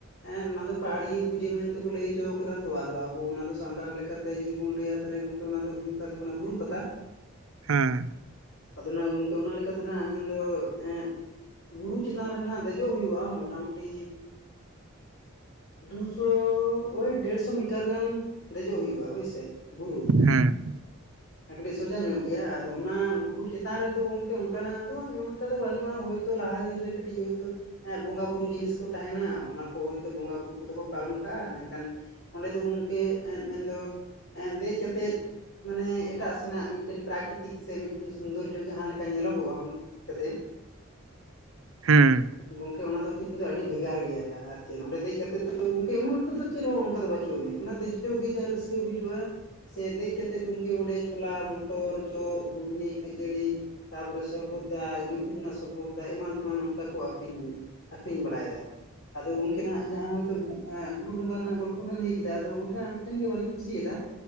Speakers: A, on the left; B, on the right.
A: ᱮ ᱚᱱᱟ ᱫᱚ ᱯᱟᱦᱟᱲᱤᱭᱟᱹ ᱯᱩᱡᱟᱹ ᱢᱮᱱᱛᱮᱠᱚ ᱞᱟᱹᱭ ᱦᱚᱪᱚ ᱠᱟᱫᱟ ᱛᱚ ᱟᱫᱚ ᱟᱵᱚ ᱚᱱᱟ ᱫᱚ ᱥᱟᱱᱛᱟᱲ ᱞᱮᱠᱟᱛᱮ ᱡᱩᱫᱤ ᱵᱚᱱ ᱞᱟᱹᱭᱟ ᱛᱟᱦᱚᱞᱮ ᱜᱚᱢᱠᱮ ᱚᱱᱟ ᱫᱚ ᱦᱩᱭᱩᱜ ᱠᱟᱱ ᱛᱟᱵᱚᱱᱟ ᱵᱩᱨᱩ ᱯᱟᱛᱟ
B: ᱦᱮᱸ
A: ᱟᱫᱚ ᱦᱟᱜ ᱜᱚᱢᱠᱮ ᱚᱱᱟ ᱞᱮᱠᱟᱛᱮ ᱦᱟᱸᱱᱟᱜ ᱢᱮᱱᱫᱚ ᱮᱸᱜ ᱵᱩᱨᱩ ᱪᱮᱛᱟᱱ ᱨᱮ ᱱᱟᱦᱟᱜ ᱫᱮᱡᱚᱜ ᱦᱩᱭᱩᱜᱼᱟ ᱢᱚᱴᱟᱢᱩᱴᱤ <inaudible> ᱫᱩᱥᱚ ᱳᱭ ᱰᱮᱲᱥᱚ ᱢᱤᱴᱟᱨ ᱜᱟᱱ ᱫᱮᱡᱚᱜ ᱦᱩᱭᱩᱜᱼᱟ ᱦᱳᱭᱥᱮ ᱵᱩᱨᱩ
B: ᱦᱩᱸ᱾
A: ᱠᱟᱹᱴᱤᱡ ᱥᱚᱡᱟ ᱧᱚᱜ ᱜᱮᱭᱟ ᱟᱫᱚ ᱚᱱᱟ ᱵᱩᱨᱩ ᱪᱮᱛᱟᱱ ᱨᱮᱫᱚ ᱜᱚᱢᱠᱮ ᱚᱱᱠᱟᱱᱟᱜ ᱫᱚ ᱛᱮᱢᱚᱱ ᱮᱠᱴᱟ ᱫᱚ ᱵᱟᱹᱱᱩᱜᱼᱟ ᱦᱚᱭᱛᱚ ᱞᱟᱦᱟ ᱫᱤᱱ ᱨᱮ ᱠᱟᱹᱴᱤᱡ ᱦᱚᱭᱛᱚ ᱦᱮᱸ ᱵᱚᱸᱜᱟᱼ ᱵᱩᱨᱩ ᱡᱤᱱᱤᱥ ᱠᱚ ᱛᱟᱦᱮᱱᱟ ᱚᱱᱟ ᱠᱚ ᱦᱚᱭᱛᱳ ᱵᱚᱸᱜᱟᱼᱵᱩᱨᱩ ᱠᱚᱫᱚ ᱠᱚ ᱯᱟᱨᱚᱢ ᱠᱟᱜᱼᱟ ᱢᱮᱱᱠᱷᱟᱱ ᱚᱸᱰᱮ ᱫᱚ ᱜᱚᱢᱠᱮ ᱮᱸᱜ ᱢᱮᱱᱫᱚ ᱮᱸᱜ ᱫᱮᱡ ᱠᱟᱛᱮᱫ ᱢᱟᱱᱮ ᱮᱴᱟᱜ ᱥᱮᱱᱟᱜ ᱢᱤᱫᱴᱮᱱ ᱯᱨᱟᱠᱤᱛᱤᱠ ᱥᱮ ᱢᱤᱫᱴᱮᱱ ᱥᱳᱱᱫᱚᱨᱡᱚ ᱡᱟᱦᱟᱸᱮ ᱞᱮᱠᱟ ᱧᱮᱞᱚᱜᱚᱜᱼᱟ ᱠᱟᱛᱮᱛ
B: ᱦᱩᱸ
A: ᱜᱚᱢᱠᱮ ᱚᱱᱟ ᱫᱚ ᱠᱤᱱᱛᱩ ᱟᱹᱰᱤ ᱵᱷᱮᱜᱟᱨ ᱜᱮᱭᱟ ᱟᱨ ᱪᱮᱫ ᱚᱸᱰᱮ ᱫᱮᱡ ᱠᱟᱛᱮᱫ ᱫᱚ ᱜᱚᱢᱠᱮ ᱮᱢᱚᱱ ᱮᱠᱴᱟ ᱫᱚ ᱪᱮᱫ ᱦᱚᱸ ᱚᱱᱠᱟ ᱫᱚ ᱵᱟᱹᱪᱩᱜ ᱟᱹᱱᱤᱡ ᱚᱱᱟ ᱫᱮᱡᱚᱜ ᱜᱮ ᱡᱟ ᱨᱟᱹᱥᱠᱟᱹ ᱵᱩᱡᱩᱜᱼᱟ ᱥᱮ ᱫᱮᱡ ᱠᱟᱛᱮᱫ ᱜᱚᱢᱠᱮ ᱚᱸᱰᱮ ᱪᱷᱳᱞᱟ ᱢᱚᱴᱚᱨ ᱪᱚᱯ ᱜᱷᱩᱜᱽᱱᱤ ᱠᱷᱟᱹᱡᱟᱹᱲᱤ ᱛᱟᱯᱚᱨᱮ ᱥᱚᱨᱵᱚᱫ ᱞᱤᱵᱩ ᱨᱮᱱᱟᱜ ᱥᱚᱨᱵᱚᱛ ᱫᱟ ᱮᱢᱟᱱ ᱛᱮᱢᱟᱱ ᱚᱱᱠᱟ ᱠᱚ ᱟᱹᱠᱷᱨᱤᱧ ᱵᱟᱲᱟᱭᱟ ᱫᱟ ᱾ ᱟᱫᱚ ᱜᱚᱢᱠᱮ ᱠᱤ ᱱᱟᱦᱟᱜ ᱡᱟᱦᱟᱸ ᱦᱳᱭᱛᱳ <unintelligible> ᱵᱩᱨᱩ ᱵᱚᱸᱜᱟ ᱨᱮᱱᱟᱜ ᱜᱚᱞᱯᱚ ᱵᱮᱱ ᱞᱟᱹᱭ ᱠᱮᱫᱟ ᱟᱫᱚ ᱚᱸᱰᱮᱱᱟᱜ ᱢᱤᱫᱴᱮᱱ ᱜᱮ ᱵᱟᱹᱞᱤᱧ ᱠᱩᱥᱤᱭᱟᱫᱟ